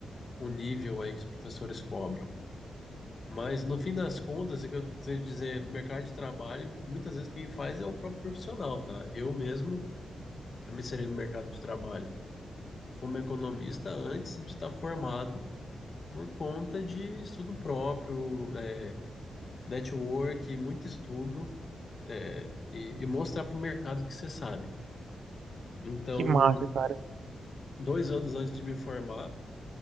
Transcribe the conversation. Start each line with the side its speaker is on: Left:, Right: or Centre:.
Left: o nível aí que os professores cobram. Mas no fim das contas, é que eu tenho que dizer, mercado de trabalho, muitas vezes quem faz é o próprio profissional, tá? Eu mesmo eu me inseri no mercado de trabalho como economista antes de estar formado por conta de estudo próprio, é, network, muito estudo, é, e, e mostrar para o mercado que você sabe. Então,
Right: Que massa, cara.
Left: dois anos antes de me formar,